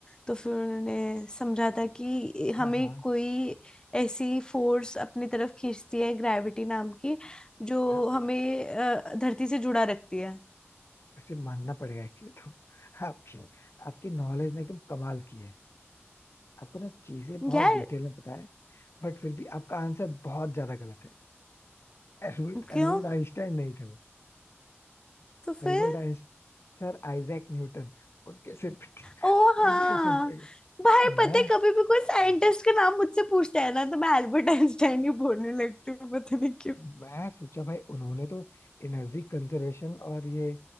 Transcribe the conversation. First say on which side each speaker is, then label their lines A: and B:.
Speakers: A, on the left; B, on the left.
A: तो फिर उन्होंने समझा था कि
B: हाँ
A: हमें
B: हाँ
A: कोई ऐसी फोर्स अपनी तरफ खींचती है ग्रेविटी नाम की जो
B: हाँ
A: हमें अ, धरती से जुड़ा रखती है
B: वैसे मानना पड़ेगा एक्चुअली तो आपकी आपकी नॉलेज ने एकदम कमाल की है आपको ना चीजें बहुत
A: यार
B: डिटेल में पता है बट फिर भी आपका आंसर बहुत ज्यादा गलत है एल्बर्ट
A: क्यों
B: एल्बर्ट आइंस्टाइन नहीं थे वो
A: तो फिर
B: Albert Einstein sir Isaac Newton उनके सिर पे
A: ओ हाँ
B: उनके सिर पे
A: भाई पता
B: मैं
A: है कभी भी कोई साइंटिस्ट का नाम मुझसे पूछता है ना तो मैं एल्बर्ट आइंस्टाइन ही बोलने लगती हूँ पता नहीं
B: मैं सोचा भाई उन्होंने तो एनर्जी कंजर्वेशन और ये